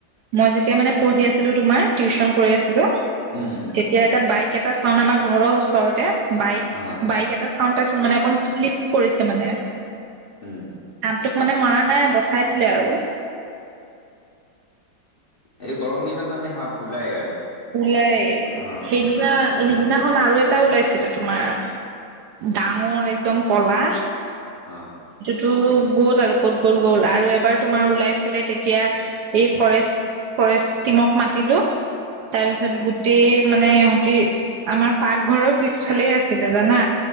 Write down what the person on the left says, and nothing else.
অহ
উম উম
অহ
উম।
এইটো গৰম দিনত মানে সাপ ওলায় আৰু।
অহ
অ'।